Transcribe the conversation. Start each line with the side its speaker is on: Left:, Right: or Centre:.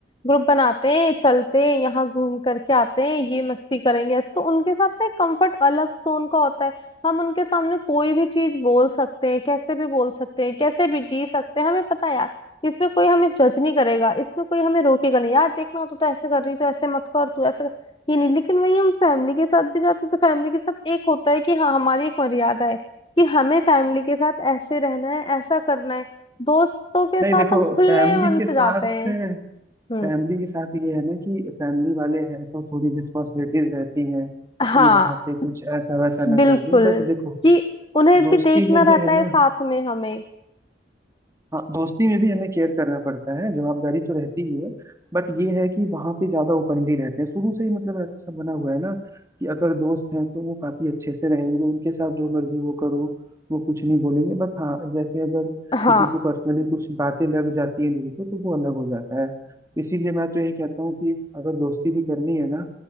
Left: ग्रुप बनाते हैं चलते हैं यहाँ घूम करके आते हैं ये मस्ती करेंगे ऐसे तो उनके साथ ना एक कंफर्ट अलग जोन का होता है हम उनके सामने कोई भी चीज बोल सकते हैं कैसे भी बोल सकते हैं कैसे भी जी सकते हैं हमें पता है यार इसमें कोई हमें जज नहीं करेगा इसमें कोई हमें रोकेगा नहीं यार देखना तो, तो ऐसे कर रही तो ऐसे मत कर तू ऐसे कर ये नहीं लेकिन वही हम फैमिली के साथ भी जाते हैं, तो फैमिली के साथ एक होता है कि हाँ हमारी एक मर्यादा है कि हमें फैमिली के साथ ऐसे रहना है ऐसा करना है दोस्तों के
Right: नहीं
Left: साथ
Right: देखो
Left: हम खुले
Right: फैमिली
Left: मन
Right: के
Left: से
Right: साथ
Left: जाते हैं
Right: फैमिली
Left: हम्म
Right: के साथ ये है ना कि फैमिली वाले हैं तो थोड़ी रिस्पॉन्सिबिलिटीज रहती हैं कि
Left: हाँ
Right: वहाँ पे कुछ ऐसा वैसा ना
Left: बिल्कुल
Right: कर दे बट देखो
Left: कि उन्हें भी
Right: दोस्ती
Left: देखना
Right: में ये
Left: रहता
Right: है
Left: है
Right: ना
Left: साथ में हमें
Right: हाँ दोस्ती में भी हमें केयर करना पड़ता है जवाबदारी तो रहती ही है बट ये है कि वहां पे ज्यादा ओपनली रहते हैं शुरू से ही मतलब ऐसा बना हुआ है ना कि अगर दोस्त हैं तो वो काफी अच्छे से रहेंगे उनके साथ जो मर्जी वो करो वो कुछ नहीं बोलेंगे बट हाँ जैसे अगर
Left: हाँ
Right: किसी को पर्सनली कुछ बातें लग जाती हैं दिल पे तो वो अलग हो जाता है तो इसीलिए मैं तो यही कहता हूँ कि अगर दोस्ती भी करनी है ना